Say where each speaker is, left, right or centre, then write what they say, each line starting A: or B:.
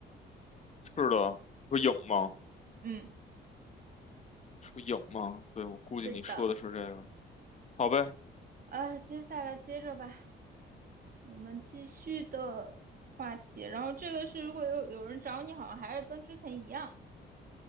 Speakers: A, on the left; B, on the right.
A: 是的，说影吗？
B: 嗯，
A: 说影吗？对，我估计你说的是这个。
B: 是的。
A: 好呗，
B: 呃，接下来接着吧，我们继续的话题。然后这个是如果有有人找你，好像还是跟之前一样。